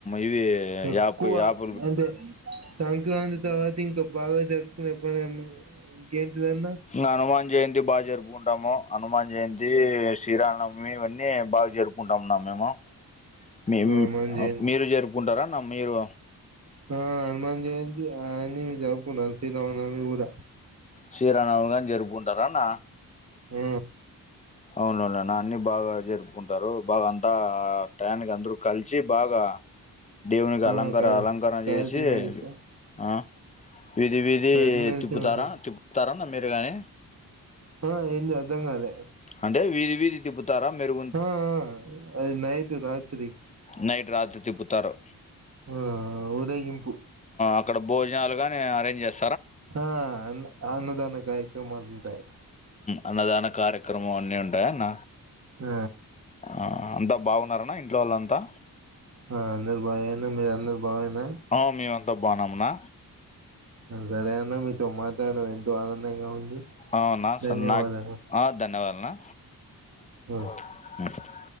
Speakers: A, on the left (about 20°); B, on the right (about 40°).
A: ఇవి
B: ఎక్కువ
A: యాప్ప్ యాప్ప్
B: అంటే సెవ్ సంక్రాంతి తర్వాత ఇంకా బాగా జరుపుకునే <unintelligible> ఇంకేంటిదన్న
A: ఇహనుమాన్ జయంతి బాగా జరుపు కుంటాము హనుమాన్ జయంతి శీరామ్ నవమి ఇవన్నీ బాగా జరుపుకుంటా ఉన్నా మేము మీ
B: హనుమాన్ జయంతి
A: మీరు జరుపుకుంటారానా మీరు
B: ఆ హనుమాన్ జయంతి అన్ని జరుప్పుకున్నా శ్రీరామ నవమిగూడా
A: శీరామనవమిగాని జరుపుకుంటారా అన్న
B: ఉ
A: అవునవునున్న అన్ని బాగా జరుపుకుంటారు బాగా అంతా ఆ టైన్ క అందరూ కలిసి వచ్చి బాగా దేవునికి
B: ఆ
A: అలంకర
B: కాదు
A: అలంకరణ
B: కాల్చి
A: చేసి
B: మెలిచి
A: ఆ వీది వీదీ
B: కలిసి మెలిసి
A: తిప్పుతారా
B: ఉంటాం
A: తిప్పుత్తారాన్న మీరు గాని
B: ఆ ఎంది అద్దంగాలే
A: అంటే వీదీ వీదీ తిప్పు తారా మీర్
B: ఆ అది నైట్ రాత్రి
A: నైట్ రాత్రి తిప్పుతారు
B: ఆ ఉరేగింపు
A: అక్కడ భోజనాలు గాని అరేంజ్ చేస్త్
B: ఆ అన్న అన్నదాన కార్యక్రమాలు ఉంటాయి
A: అన్నదాన కార్యక్రమం అన్నీ ఉంటాయా అన్న
B: ఆ
A: ఆ అంతా బాగున్నారన్న ఇంట్లో వాళ్లంతా
B: ఆ అందరు బాగానా మీరు అందరు బాగానా
A: ఆ మేమంతా బాగున్నామనా
B: సరే అన్న మీతో మాట్లాడం ఎంతో ఆనందంగా ఉంది
A: అవునా స
B: ధన్యవాదాలు
A: నా ఆ ధన్యవాదనా
B: ఆ
A: హ